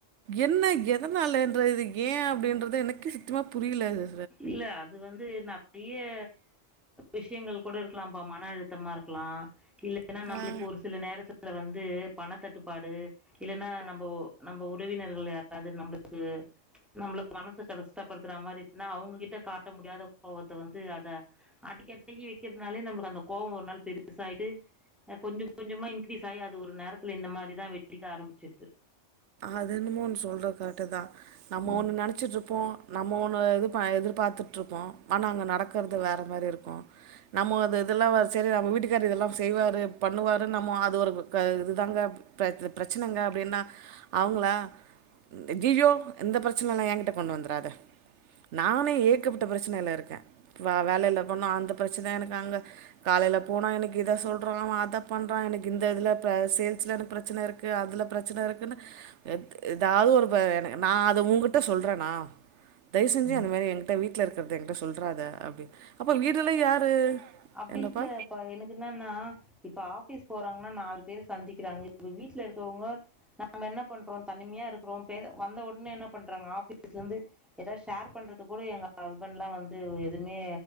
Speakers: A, on the right; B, in the centre.
A: என்ன எதனாலன்ற இது ஏ அப்படின்றது எனக்கு சித்தமா புரியல அது
B: இல்ல அது வந்து நா அப்டியே விஷயங்கள் கூட இருக்கலாம்ப்பா மன அழுத்தமா இருக்கலா இல்லைன்னா நம்பளுக்
A: ஆ
B: ஒரு சில நேரத் துல வந்து பணத்தட்டுப்பாடு இல்ன்னா நம்போ நம்ம உறவினர்கள் யாராது நம்பளுக்கு நம்பள மனச கடஷ்டப்படுத்தற மாரி அவ்ங்ககிட்ட காட்ட முடியாத கோவத்த வந்து அத அடிக்கி அடகி வைக்கிறதுனாலே நம்மளுக்கு அந்த கோவோ ஒரு நாள் பெரு சாய்ட்டு அ கொஞ்சோ கொஞ்சமா இன்க்ரீஸ் ஆகி அது ஒரு நேரத்துல இந்த மாரிதா வெடிக்க ஆரம்பிச்சிர்து
A: அது என்னமோ ஒன் சொல்ற கர்ட்டு தா நம்மோ
B: ம்.
A: ஒண்ணு நெனச்சிட்ருப்போ நம்ம ஒண்ணு இது ப எதிர்பாத்துட்டுருப்போ ஆனா அங்க நடக்கற்து வேற மாரி இருக்கு நம்மோ அது இதெல்லா வ சரி நம்ம வீட்டுக்கார் இதெல்லா செய்வாரு பண்ணுவாருன் நம்மோ அது ஒரு க இது தாங்க பிர இது பிரச்சனங்க அப்படின்னா அவங்களா ஜியோ இந்த பிரச்சனல்ல ஏங்கிட்ட கொண்டு வந்தராத நானே ஏக்கப்பட்ட பிரச்சனையில இருக்கே வா வேலையில போனா அந்த பிரச்சன எனக்கு அங்க காலையில போனா எனக்கு இத சொல்றா அவ அத பண்றா எனக்கு இந்த இதில் ப சேல்சில்ல எனக் பிரச்சன இருக் அதுல பிரச்சன இருக்குன்னு எது எதாவது ஒரு ப எனக் நா அத உகிட்ட சொல்றே னா தயவு செஞ்சு
B: ம்.
A: அந்த மாரி எங்கிட்ட வீட்டுல இருக்கத என்ட்ட சொல்றாத அப்டி அப்ப வீடுல்லா யாரு
B: அப்படி
A: என்னப்பா
B: இல்ல இப்ப எனக் என்னான்னா இப்ப ஆஃபீஸ் போறாங் னா நாலு பேர் சந்திக்கிறாங்க இப்ப வீட்டுல இருக்கிறவங்க நம்ம என்ன பண்றோ தனிமையா இருக்கிறோ பே வந்த ஒன்னே என்ன பண்றாங்க ஆபீஸ்ல இந்து எதா ஷேர் பண்றது கூட எங்க ஹஸ்பண்ட் எலா வந்து எ தும்மே